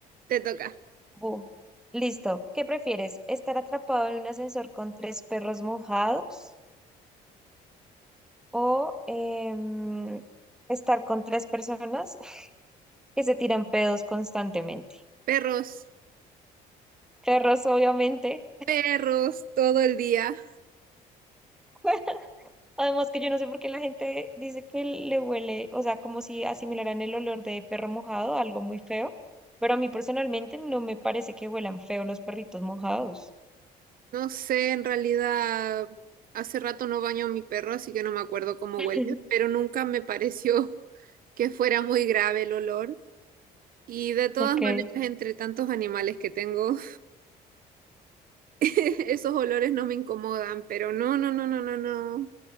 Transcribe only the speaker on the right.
te toca.
Perros,
perros todo el día.
No sé, en realidad hace rato no baño a mi perro, así que no me acuerdo cómo
huele, pero nunca me pareció <laughs> que fuera muy grave el olor. Y de todas
maneras, entre tantos animales que tengo, <laughs> esos olores no me incomodan, pero no, no, no, no, no, no.